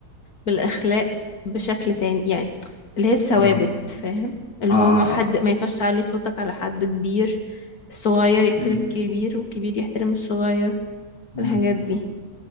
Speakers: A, on the left; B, on the left.
A: بالاخلاق بشكل تاني يعني اللي هي الثوابت
B: امم
A: فاهم اللي
B: اه آه،
A: هو ما حد
B: آه.
A: ما ينفعش تعلي صوتك على حد كبير الصغير يحترم
B: أمم،
A: الكبير والكبير يحترم الصغير
B: أمم.
A: الحاجات دي